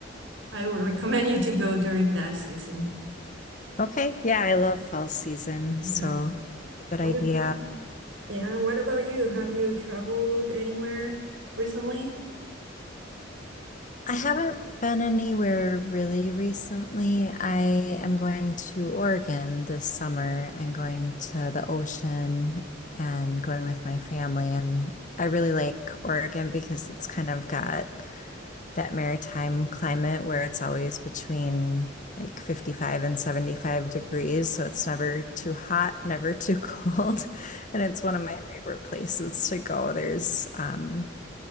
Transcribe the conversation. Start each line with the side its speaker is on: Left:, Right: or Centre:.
Right: I would recommend you to go during that season.
Left: Okay, yeah, I love fall season,
Right: Yeah.
Left: so it's a good
Right: What
Left: idea.
Right: about, yeah, what about you? Have you traveled anywhere recently?
Left: I haven't been anywhere really recently. I am going to Oregon this summer and going to the ocean and going with my family. And I really like Oregon because it's kind of got that maritime climate where it's always between like 55 and 75 degrees, so it's never too hot, never too cold. <laughs> And it's one of my favorite places to go. There's um,